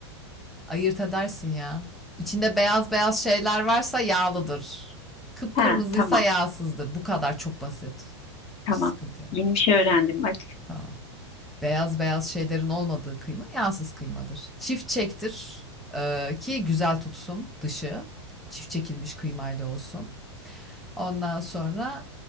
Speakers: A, in the centre; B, on the left.
A: Ayırt edersin ya. İçinde beyaz beyaz şeyler varsa yağlıdır. Kıpkırmızıysa
B: He tamam
A: yağsızdır. Bu kadar, çok basit.
B: tamam
A: Hiç sıkıntı yok.
B: yeni bir şey öğrendim bak.
A: Tamam. Beyaz beyaz şeylerin olmadığı kıyma yağsız kıymadır. Çift çektir e, ki güzel tutsun dışı. Çift çekilmiş kıymayla olsun. Ondan sonra